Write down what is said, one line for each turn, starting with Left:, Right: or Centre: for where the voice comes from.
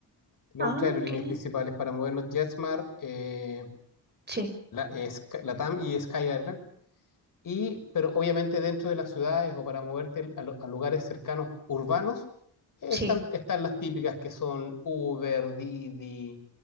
Left: Tenemos
Right: Ah,
Left: tres aerolíneas
Right: ok.
Left: principales para movernos: JetSmart, eh,
Right: Sí,
Left: la, eh, Sky- LATAM y Sky Airline. Y, pero obviamente dentro de las ciudades o para moverte a, lo- a lugares cercanos urbanos, eh,
Right: sí.
Left: están, están las típicas que son Uber, Didi,